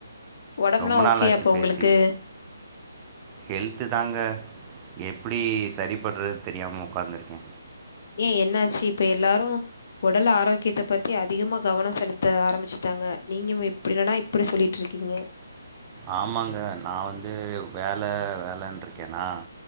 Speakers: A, on the left; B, on the right.
A: உடம்புலாம்
B: ரொம்ப
A: ஓகே
B: நாளாச்சு
A: அப்போ
B: பேசி
A: உங்களுக்கு
B: ஹெல்த்து தாங்க எப்டி சரி பண்றதுனு தெரியாம உக்காந்துருக்கே
A: ஏ என்னாச்சு இப்ப எல்லாரு உடல் ஆரோக்கியத்த பத்தி அதிகமா கவனோ செலுத்த ஆரம்பிச்சுட்டாங்க நீங்க எப் அப்படில்லனா இப்டி சொல்லிட்டுருக்கீங்க
B: ஆமாங்க நா வந்து வேல வேலன்றுருக்கேன்னா